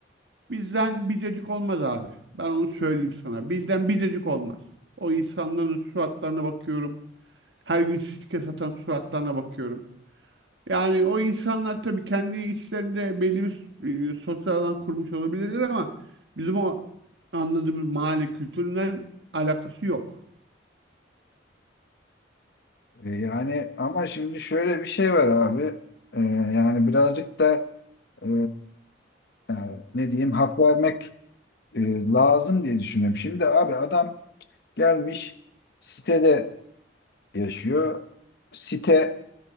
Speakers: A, on the right; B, on the left.
A: Bizden bir dedik olmaz abi. Ben onu söyleyeyim sana. Bizden bir dedik olmaz. O insanların suratlarına bakıyorum. Her gün sirke satan suratlarına bakıyorum. Yani o insanlar tabii kendi içlerinde belli bir e, sosyal alan kurmuş olabilirler ama bizim o anladığımız mahalle kültüründen alakası yok.
B: E, Yani ama şimdi şöyle bir şey var abi. E, yani birazcık da e, Yani ne diyeyim hak vermek e, lazım diye düşünüyorum. Şimdi abi adam gelmiş sitede yaşıyor. Site